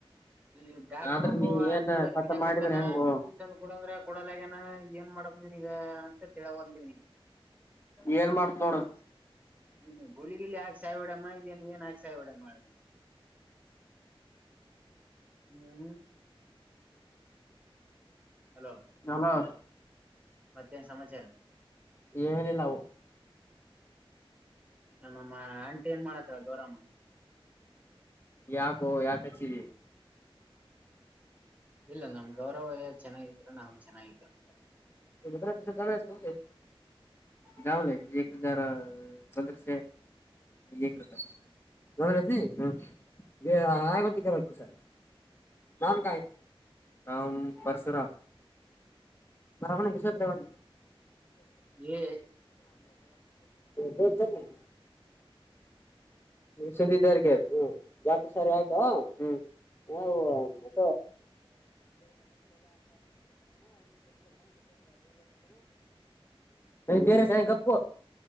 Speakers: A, on the right; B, on the left.
A: ಈ ಡಾಕ್
B: ಆದ್ರ
A: ಒಬ್ಬ
B: ನೀ ಏನ್
A: ದೀವ
B: ಕಟ್
A: ತಿಿನಕತನ
B: ಮಾಡಿದ್ರ ಹೆಂಗೋ
A: ಸೂಜಿ ತಂದ್ ಕಡಂದ್ರ ಕೂಡಲಗನ ಏನ್ ಮಾಡಬ ನೀಗ ಅಂತ ತಿಳಬಲ್ದಿವವ
B: ಏನ್ ಮಾಡ್ತ್ ನೋಡ
A: ಹ ಗುಳಿಗಿಲಿ ಹಾಕ್ ಸಾಯ್ಬಡಮ್ಮ ಈಏನ್ ಏನ್ ಹಾಕ್ ಸಾಯ್ಬಡ ಮಾಡ ಹ್ಮ್ ಹಲೋ
B: ನಲರ್
A: ಮತ್ತೇನ್ ಸಮಾಚಾರ
B: ಏನನಿಲ್ಲವು
A: ನಮ್ಮ ಆಂಟಿ ಏನ್ ಮಾಡತ್ತರ ಗೋರಾಮ
B: ಯಾಕೋ ಯಾಕ ಹಚ್ಚೀರಿ
A: ಇಲ್ಲ ನಮ್ ಗೌರವ ಎ ಚೆನ್ನಾಗಿದ್ರ ನಾ ಚೆನ್ನಾಗಿದ್ದಂತೆ
B: ಇ ದಸ ಜನುಗೆ ದಾವಲ್ಲ ಹಜಾರ ಪಧ್ರಶೆ ಎ ರಕ ನಮನ ಹ ಆಂತ ಕೆಿವಸ ನಾಮ ಕಾಯ ನಾಮ ಪಶುರಾಮ ಮರಗಣ ವಿಶ್ೇರೆ
A: ಏ
B: ಬಂದರ್ <inaudible> ಸಂಂದಿ ತಾರಿಗೆ ಹ್ಮ ಯಾಕ ಸರಿ ಆಯ್ತಾ ಹ್ಮ್ ಹ ಬೇರೆ ಸಾಯ ಕಪ್ಪ